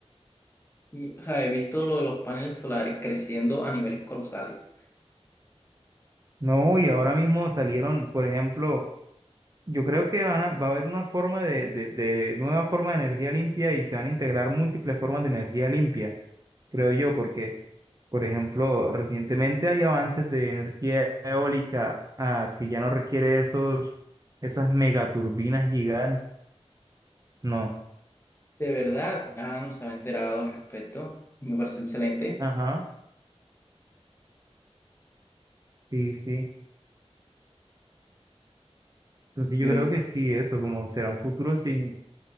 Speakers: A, on the left; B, on the right.
A: Y, o sea, he visto lo de los paneles solares creciendo a niveles colosales.
B: no, y ahora mismo salieron, por ejemplo, Yo creo que van a- va a haber una forma de, de, de nueva forma de energía limpia y se van a integrar múltiples formas de energía limpia, creo yo, porque, por ejemplo, recientemente hay avances de energía eólica ah, que ya no requiere esos, esas megaturbinas gigantes. No.
A: De verdad, ah, no se ha enterado al respecto. Me parece excelente.
B: Ajá. Sí, sí. Entonces yo
A: Yo-
B: creo que sí, eso como será un futuro sin...